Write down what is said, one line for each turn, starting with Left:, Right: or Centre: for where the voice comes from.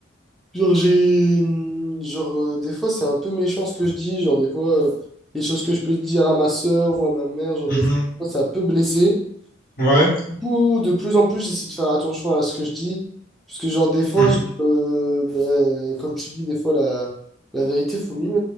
Centre: Genre, j'ai. hum, Genre, euh, des fois, c'est un peu méchant ce que je dis. Genre, des fois, euh, les choses que je peux dire à ma sœur ou à ma mère, genre,
Left: mhm,
Centre: des fois, ça peut blesser.
Left: ouais,
Centre: Du coup, de plus en plus, j'essaie de faire attention à ce que je dis. Parce que, genre, des fois,
Left: mhm,
Centre: je- euh, ben, comme tu dis, des fois, la, la vérité, faut mieux